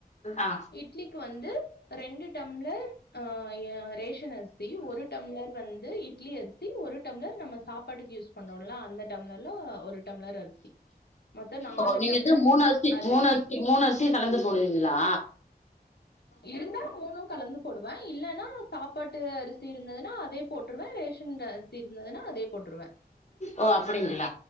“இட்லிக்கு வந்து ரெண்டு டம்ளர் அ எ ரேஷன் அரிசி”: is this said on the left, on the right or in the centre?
Left